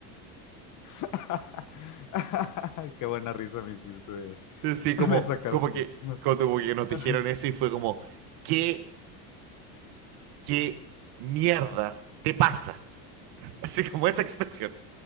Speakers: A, on the left; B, on the right.
A: <laughs> Qué buena risa me hiciste.
B: Sí,
A: <laughs>
B: como,
A: Me sacaste.
B: como que, como que nos dijeron
A: <laughs>
B: eso y fue como, ¿qué, qué mierda te pasa? <laughs> Así como esa expresión.